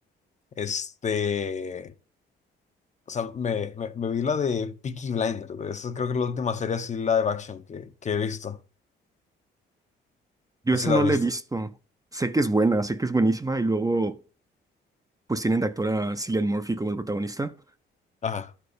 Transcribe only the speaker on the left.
este, o sea, me, me, me vi la de Peaky Blinders, güey. Esa creo que es la última serie así live action que, que he visto.
Así
la
has
visto.
ajá